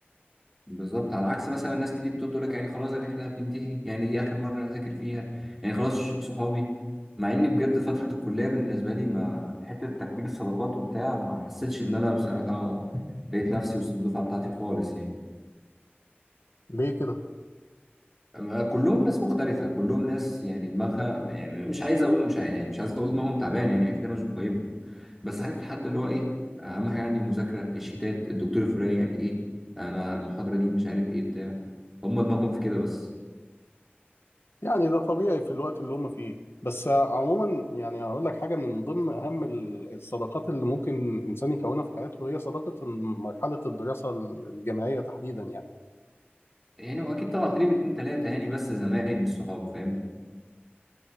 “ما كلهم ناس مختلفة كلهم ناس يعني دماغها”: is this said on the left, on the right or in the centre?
Centre